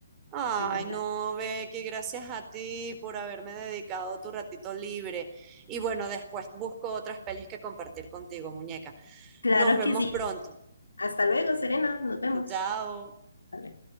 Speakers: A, on the right (about 20°); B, on the left (about 75°).
A: Ay,
B: de verdad.
A: no, Becky, gracias a ti por haberme dedicado tu ratito libre. Y bueno, después busco otras pelis que compartir contigo, muñeca.
B: Claro
A: Nos vemos
B: que sí.
A: pronto.
B: Hasta luego, Serena. Nos vemos.
A: <laughs> Chao.
B: Hasta luego.